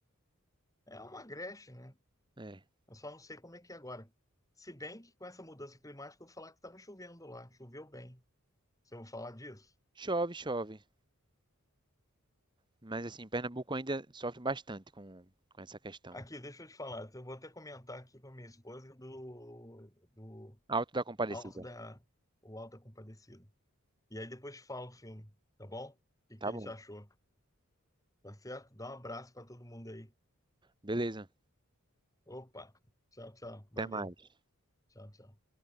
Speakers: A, on the left (about 15°); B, on the right (about 20°).
A: É uma Agreste, né?
B: é.
A: Eu só não sei como é que é agora. Se bem que com essa mudança climática eu vou falar que estava chovendo lá, choveu bem. Se eu vou falar disso.
B: Chove, chove. Mas assim, Pernambuco ainda sofre bastante com, com essa questão.
A: Aqui, deixa eu te falar, eu vou até comentar aqui com a minha esposa do, do
B: Alto da Compadecida.
A: Alto da, o Alto da Compadecida. E aí depois te falo o filme, tá bom? O que que
B: Tá
A: a
B: bom.
A: gente achou, tá certo? Dá um abraço para todo mundo aí.
B: Beleza.
A: Opa, tchau, tchau, valeu,
B: Até mais.
A: tchau, tchau.